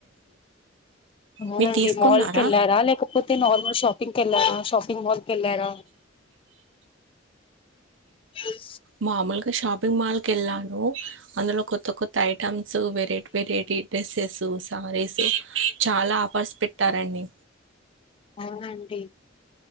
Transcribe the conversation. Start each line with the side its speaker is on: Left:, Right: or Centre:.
Left: అవునండి
Right: మీరు తీసుకున్నారా
Left: మాల్ కి వెళ్లారా లేకపోతే నార్మల్ షాపింగ్ కి వెళ్ళారా షాపింగ్ మాల్ కి వెళ్ళారా అ
Right: మామూలుగా షాపింగ్ మాల్ కి వెళ్ళాను అందులో కొత్త కొత్త items variety variety dresses saris చాలా ఆఫర్స్ పెట్టారండి
Left: అవునండి